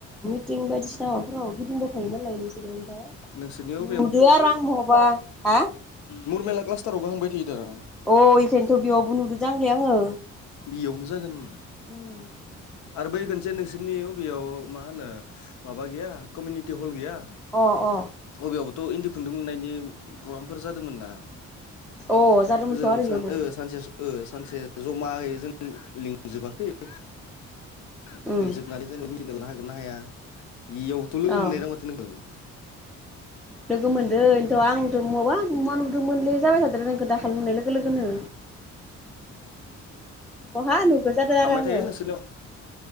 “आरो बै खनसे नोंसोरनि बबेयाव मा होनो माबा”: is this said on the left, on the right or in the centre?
Left